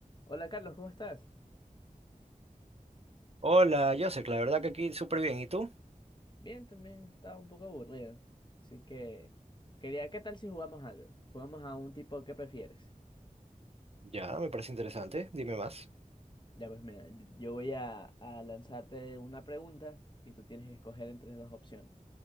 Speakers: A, on the left; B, on the right.
A: Hola Carlos, ¿cómo estás?
B: Hola, Joseph, la verdad que aquí súper bien. ¿Y tú?
A: Bien, también estaba un poco aburrido. Así que quería, ¿qué tal si jugamos algo? Jugamos a un tipo que prefieres.
B: Ya, me parece interesante. Dime más.
A: Ya pues mira, y- yo voy a, a lanzarte una pregunta y tú tienes que escoger entre dos opciones.